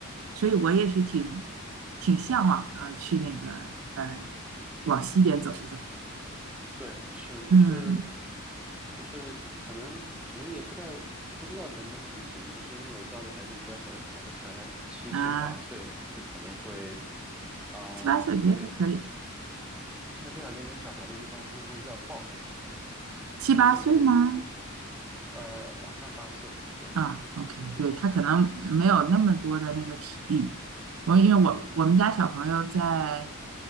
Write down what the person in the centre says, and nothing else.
对，是就是
就是可能可能也不太不知道能不能成型，就是因为我家里还有一个比较小的小孩子，才七岁八岁，
所以可能会啊、
因为像这样年龄的小孩子一般就会要抱，<laughs>
可能会有点呃，马上八岁，对，
是